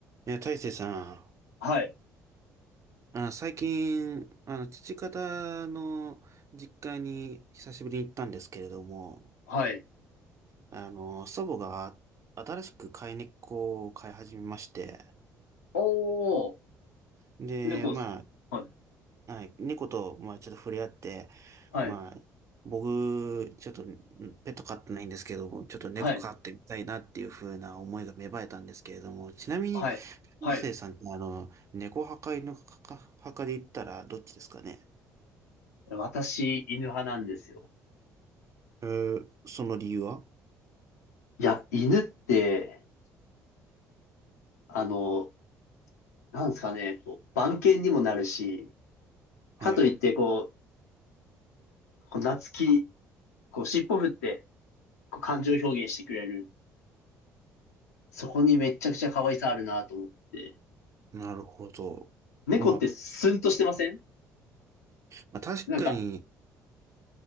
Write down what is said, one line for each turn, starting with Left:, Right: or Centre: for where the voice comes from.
Right: いや、大成さ
Left: はい。
Right: ん、あ、最近、あの、父方の実家に久しぶりに行ったんですけれども、
Left: はい。
Right: あの、祖母が新しく飼い猫を飼い始めまして、
Left: おー、
Right: で、
Left: 猫です。
Right: ま
Left: はい。
Right: あ、はい、猫と、まあ、ちょっと触れ合って、
Left: はい。
Right: まあ、僕、ちょっと、んペット飼ってないんですけども、ちょっと猫飼ってみたいなっていう風な思いが芽生えたんですけれども、
Left: はい。
Right: ちなみに、
Left: はい。はい。
Right: 大成さんって、あの、猫派か犬派か派かで言ったらどっちですかね
Left: 私、犬派なんですよ。
Right: えーその理由は
Left: いや、犬って、あの、なんですかね、こう、番犬にもなるし、
Right: はい。
Left: かといって、こう、こう懐き、こう、尻尾振って、こう、感情表現してくれる。そこにめっちゃくちゃ可愛さあるなと思ってて。
Right: なるほど。
Left: 猫ってスンとしてません
Right: まあ、まあ、確かに、
Left: なんか、